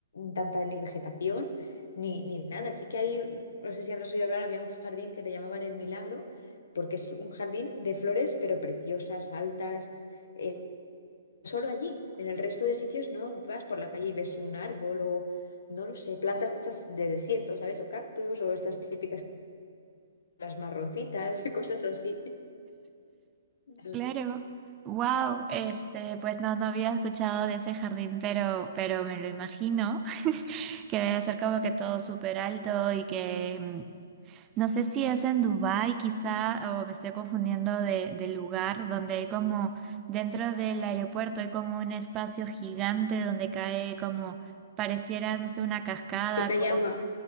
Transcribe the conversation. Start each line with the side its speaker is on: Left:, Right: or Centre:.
Left: tanta ni vegetación ni, ni nada. Así que hay, no sé si habrás oído hablar, había un jardín que le llamaban El Milagro, porque es un jardín de flores, pero preciosas, altas. eh, solo allí, en el resto de sitios no vas por la calle y ves un árbol o, no lo sé, plantas de estas de desierto, ¿sabes? O cactus o estas típicas, las marroncitas, <laughs> cosas así de
Right: Claro. Wow, este, pues no, no había escuchado de ese jardín, pero, pero me lo imagino. que debe ser como que todo súper alto y que mm, no sé si es en Dubái quizá o me estoy confundiendo de, de lugar donde hay como dentro del aeropuerto hay como un espacio gigante donde cae como pareciera no sé una cascada
Left: Callagua.
Right: con,